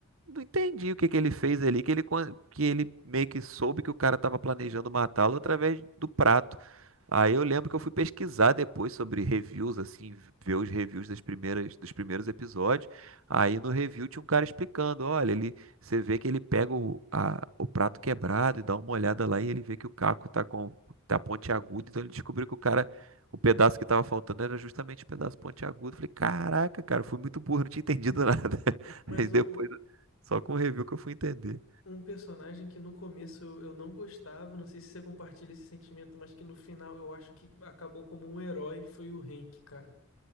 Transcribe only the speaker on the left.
mais
um.
Um personagem que no começo eu eu não gostava, não sei se você compartilha esse sentimento, mas que no final eu acho que acabou como um herói, foi o Hank, cara.